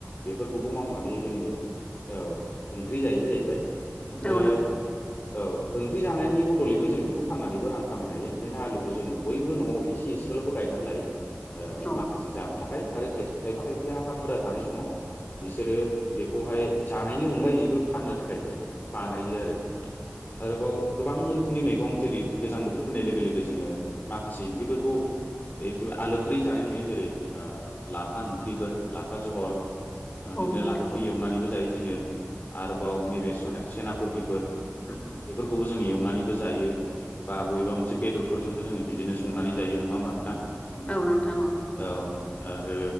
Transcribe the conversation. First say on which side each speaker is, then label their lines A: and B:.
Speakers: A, on the left; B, on the left.
A: बेफोरखौबो मावनानै जोङो औ ओंख्रि जायो जाहैबाय
B: औ
A: ओ
B: नोंथां
A: औ ओंख्रि जानायनि बदलैबो जों बेखौ फाननानैबो रां खामायनो हायो ओंखायनो आलुखौ जोङो बयबो न'आव इसे एसे गायनानै लायो
B: औ
A: माखासे जानो थाखाय आरो खायफा खायफाया हा बुरजा थानाय समाव बिसोरो बेखौहाय जानायनि अनगायैबो फाननो थाखायबो बानायो आरो आरोबाव गोबां रो खोमनि मैगं जेरै गोजां बोथोर फैनाय लोगो लोगो जोङो माखासे ओंख्रिफोरखौ एखेबा आलोद्रि जानाय नुयो जेरै लाफा ओंख्रिफोर ला लाफा जहल बिदिनो
B: औ नोंथां
A: लाफाखौ एवनानैबो जायो जोङो। आरोबाव नैबे सेनाकपिफोर बेफोरखौबो जोंङो एवनानैबो जायो बा बबेबा मोनसे बेदरफोरजोंबो जोङो बिदिनो संनानै जायो। नङा होमबा नोंथां
B: औ नोंथां
A: औ आरो